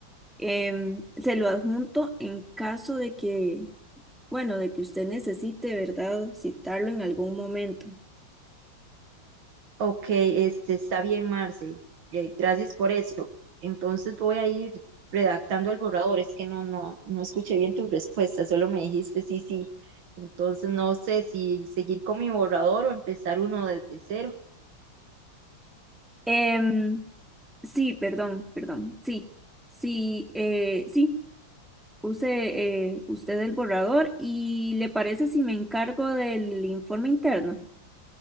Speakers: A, in the centre; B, on the right.
A: Em, se lo adjunto en caso de que, bueno, de que usted necesite, ¿verdad? Citarlo en algún momento.
B: Ok, este está bien, Marce. eh, gracias por eso. Entonces voy a ir redactando el borrador. Es que no, no, no escuché bien tu respuesta, solo me dijiste sí, sí. Entonces no sé si seguir con mi borrador o empezar uno desde cero.
A: Em, sí, perdón, perdón. Sí, sí, eh, sí. Use eh, usted el borrador y le parece si me encargo del informe interno.